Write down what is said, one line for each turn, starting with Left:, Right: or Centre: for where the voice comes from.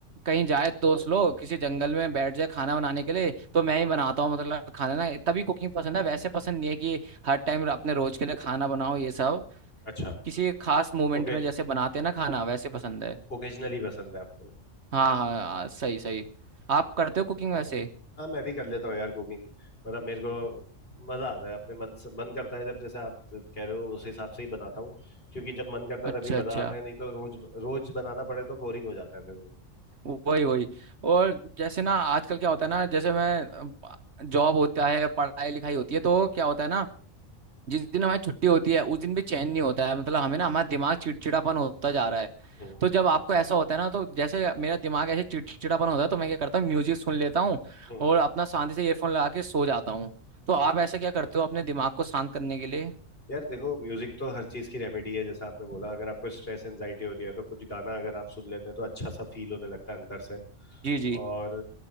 Right: कहीं जाए दोस्त लोग किसी जंगल में बैठ जाए खाना बनाने के लिए तो मैं
Left: हम्म,
Right: ही बनाता हूँ मतलब खाना ना तभी कुकिंग पसंद है वैसे पसंद नहीं है कि हर टाइम अपने रोज के लिए खाना बनाओ ये सब
Left: अच्छा
Right: किसी खास मोमेंट
Left: ओके
Right: में जैसे बनाते हैं ना खाना वैसे पसंद है
Left: ओकेजनली पसंद है आपको
Right: हाँ हाँ हाँ, सही सही आप करते हो कुकिंग वैसे
Left: हाँ मैं भी कर लेता हूँ यार कुकिंग मतलब मेरे को मजा आता है अपने मन से मन करता है जब जैसे आप कह रहे हो उस हिसाब से ही बनाता हूँ क्योंकि जब मन करता है
Right: अच्छा
Left: तभी
Right: अच्छा
Left: मजा आता है नहीं तो रोज रोज बनाना पड़े तो बोरिंग हो जाता है फिर वो
Right: वही वही और जैसे ना आजकल क्या होता है ना जैसे मैं जॉब होता है पढ़ाई लिखाई होती है तो क्या होता है ना जिस दिन हमारी छुट्टी होती है उस दिन भी चैन नहीं होता है मतलब हमें ना हमारा दिमाग चिड़चिड़ापन होता जा रहा है
Left: हम्म
Right: तो जब आपको ऐसा होता है ना तो जैसे मेरा दिमाग ऐसे चिड़चिड़ापन होता है तो मैं क्या करता हूँ म्यूजिक सुन लेता हूँ
Left: हम्म
Right: और अपना शांति से ईयरफोन लगा के सो जाता हूँ तो आप
Left: हम्म।
Right: ऐसा क्या करते हो अपने दिमाग को शांत करने के लिए
Left: यार देखो म्यूजिक तो हर चीज की रेमेडी है जैसा आपने बोला अगर आपको स्ट्रेस एंजाइटी हो रही है तो कुछ गाना अगर आप सुन लेते हैं तो अच्छा सा फील होने लगता है अंदर से
Right: जी जी
Left: और